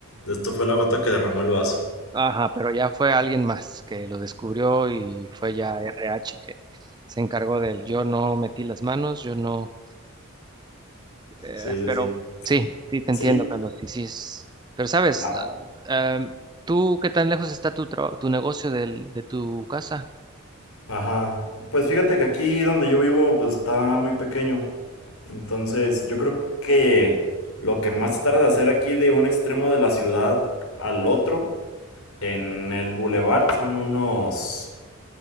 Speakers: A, on the left; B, on the right.
A: esto fue la gota que derramó el vaso.
B: Ajá, pero ya fue alguien más que lo descubrió y fue ya RH que se encargó de él. Yo no metí las manos, yo no, eh,
A: Sí, sí,
B: pero
A: sí.
B: sí, sí, te entiendo,
A: Sí,
B: Carlos, sí, sí. es- Pero sabes,
A: la...
B: la- em, ¿tú qué tan lejos está tu, traba- tu negocio del, de tu casa?
A: Ajá. Pues fíjate que aquí donde yo vivo, pues está muy pequeño. Entonces, yo creo que lo que más se tarda de hacer aquí de un extremo de la ciudad al otro, en el bulevar, son unos,